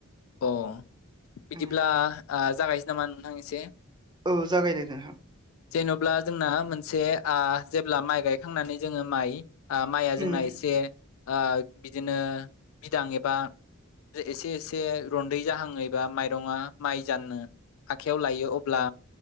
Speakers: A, on the left; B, on the right.
A: अ बिदिब्ला
B: उम
A: जागायसै नामा नोंथां एसे
B: औ जागायदो नोंथां
A: जेन'ब्ला जोंना मोनसे जेब्ला माइ गायखांनानै जोङो माइ माइआ जोंना
B: उम
A: एसे ओ बिदिनो बिदां एबा एसे एसे ए रन्दै जाहांयैबा माइरंआ माइ जाननो आखाइयाव लायो अब्ला